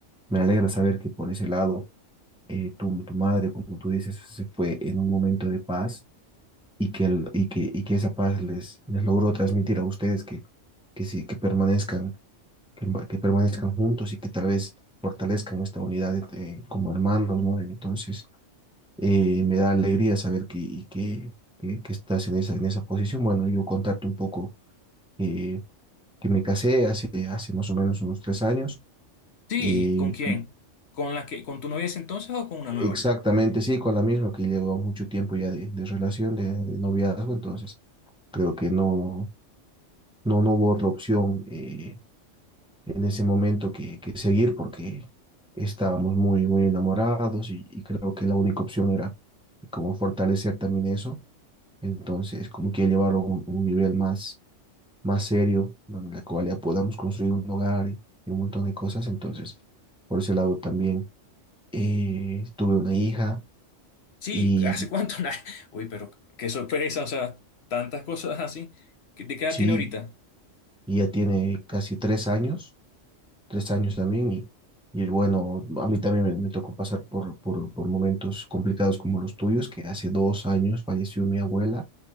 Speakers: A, in the centre; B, on the left.
A: me alegra saber que por ese lado, eh, tu, tu madre, como tú dices, se fue en un momento de paz y que, el, y que, y que esa paz les, les logró transmitir a ustedes que, que, sí, que permanezcan que, que permanezcan juntos y que tal vez fortalezcan esta unidad eh, como hermanos, ¿no? Entonces, eh, me da alegría saber que, que, que, que estás en esa, en esa posición. Bueno, yo contarte un poco eh, que me casé hace, hace más o menos unos tres años.
B: sí,
A: eh,
B: ¿con quién? ¿Con la que, con tu novia de ese entonces o con una
A: exactamente,
B: nueva?
A: sí, con la misma que llevo mucho tiempo ya de, de relación, de, de noviazgo, entonces creo que no, no, no hubo otra opción. eh, en ese momento que, que seguir porque estábamos muy, muy enamorados y, y creo que la única opción era como fortalecer también eso. Entonces, como que llevarlo a un, un nivel más, más serio, donde la cual ya podamos construir un hogar y, y un montón de cosas. Entonces, por ese lado también eh, tuve una hija
B: Sí,
A: y
B: ¿hace cuánto? <laughs> Nah. Uy, pero qué sorpresa, o sea, tantas cosas así. ¿Qué- ¿De qué edad
A: sí,
B: tiene ahorita?
A: ya tiene casi tres años tres años también y, y bueno, a mí también me, me tocó pasar por, por, por momentos complicados como los tuyos, que hace dos años falleció mi abuela